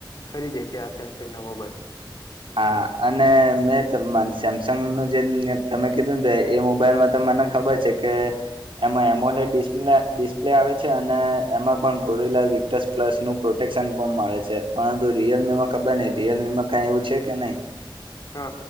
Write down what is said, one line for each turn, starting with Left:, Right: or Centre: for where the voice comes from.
Left: ખરીદે છે આ સેમસંગ ના મોબાઈલ.
Right: હા અને મેં સેમસંગનું જે તમે કીધું ને એ મોબાઈલમાં ત મને ખબર છે કે એમાં એમોલે્લે ડિસ્પ્લે આવે છે અને એમાં પણ ગોરિલા પ્લસ નું પ્રોટેક્શન ફપ મળે છે પરંતુ રિયલમી માં ખબર નહી રિયલમીમાં કઈ એવું છે કે નહીં?
Left: હા